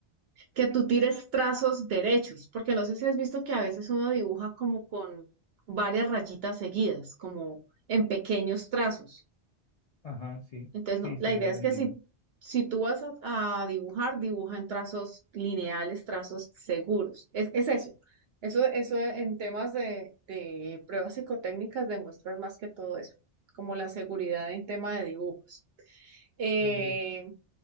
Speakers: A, on the right (about 65°); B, on the left (about 50°).
A: que tú tires trazos derechos, porque no sé si has visto que a veces uno dibuja como con varias rayitas seguidas, como en pequeños trazos.
B: Ajá, sí.
A: Entonces,
B: Sí,
A: no,
B: sí,
A: la idea
B: creo
A: es
B: que entiendo.
A: que si, si tú vas a, a dibujar, dibuja en trazos lineales, trazos seguros. Es, es eso. Eso, eso en temas de, de pruebas psicotécnicas demuestran más que todo eso, como la seguridad en tema de dibujos. Eh,
B: Uy,